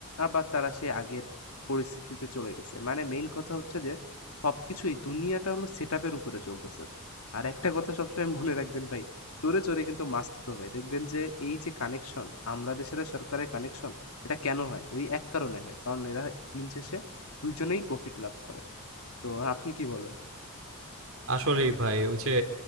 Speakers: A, on the left; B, on the right.
A: আবার তারা সেই আগের পরিস্থিতিতে চলে গেছে। মানে মেইন কথা হচ্ছে যে সবকিছু এই দুনিয়াটা হলো সেটআপ এর উপরে চলতেছে। আর একটা কথা সবসময় মনে রাখবেন ভাই, চোরে, চোরে কিন্তু মাছ থুথু হয়। দেখবেন যে এই যে কানেকশন, আমলাদের সাথে সরকারের কানেকশন, এটা কেন হয়? ওই এক কারণে হয়। কারণ এরা দিন শেষে ২ জনেই প্রফিট লাভ করে। তো আপনি কি বলেন?
B: আসলেই ভাই ওই যে